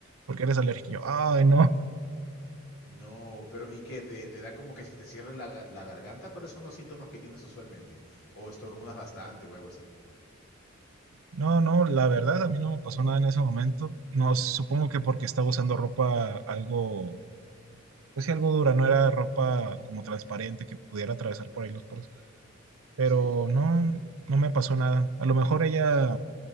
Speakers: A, on the right; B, on the left.
A: Porque eres alérgico. Y yo, ay, no.
B: No, pero ¿y qué? ¿Te, te da como que se te cierra la, ga- la garganta? ¿Cuáles son los síntomas que tienes usualmente? ¿O estornudas bastante o algo así?
A: No, no, la verdad a mí no me pasó nada en ese momento. No,
B: Ujú,
A: supongo que porque estaba usando ropa algo, pues sí, algo dura, no era ropa como transparente que pudiera atravesar por ahí los poros. Pero
B: Sí.
A: no, no me pasó nada. A lo mejor ella